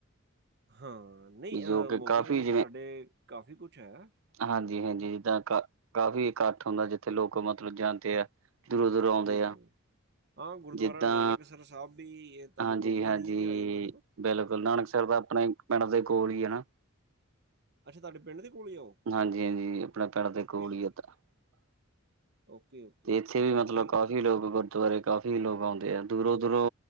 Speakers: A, on the right; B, on the right.
A: ਹਾਂ ਨਈ
B: ਵੀ ਜੋ ਕਿ
A: ਮੋਗੇ
B: ਕਾਫੀ
A: ਦੇ ਵਿੱਚ ਤੁਹਾਡੇ ਕਾਫੀ ਕੁਛ ਹੈ।
B: ਹਾਂਜੀ-ਹਾਂਜੀ
A: ਹੁ
B: ਜਿੱਦਾਂ ਕਾ ਕਾਫ਼ੀ ਇੱਕਠ ਹੁੰਦਾਂ, ਜਿੱਥੇ ਲੋਕ ਮਤਲਬ ਜਾਂਦੇ ਆ। ਦੂਰੋਂ-ਦੂਰੋਂ ਆਉਂਦੇ
A: ਹੂੰ,
B: ਆ।
A: ਹੂੰ। ਹਾਂ ਗੁਰਦੁਆਰਾ
B: ਜਿੱਦਾਂ
A: ਨਾਨਕਸਰ ਸਾਹਿਬ ਵੀ ਇਹ ਤੁਹਾਡੇ
B: ਹਾਂਜੀ
A: ਮੋਗੇ
B: ਹਾਂਜੀ
A: ਏਰੀਏ 'ਚ ਹੀ ਆ ਜਾਂਦਾ ਹਨਾ।
B: ਬਿਲਕੁਲ, ਨਾਨਕਸਰ ਤਾਂ ਆਪਣੇ ਪਿੰਡ ਦੇ ਕੋਲ ਆ ਹਨਾ।
A: ਅੱਛਾ ਤੁਹਾਡੇ ਪਿੰਡ ਦੀ ਕੋਲ ਈ ਆ ਉਹ?
B: ਹਾਂਜੀ-ਹਾਂਜੀ ਆਪਣੇ ਪਿੰਡ ਤੇ
A: ਓਕੇ
B: ਕੋਲ
A: ਓਕੇ
B: ਆ ਉਹ ਤਾਂ।
A: ਓਕੇ ਓਕੇ
B: ਤੇ
A: ਓਕੇ
B: ਇੱਥੇ
A: ਓਕੇ
B: ਵੀ ਮਤਲਬ
A: ਫਿਰ
B: ਕਾਫ਼ੀ ਲੋਕ ਗੁਰ ਗੁਰਦਵਾਰੇ ਕਾਫ਼ੀ ਲੋਕ ਆਉਂਦੇ ਆ ਦੂਰੋਂ-ਦੂਰੋਂ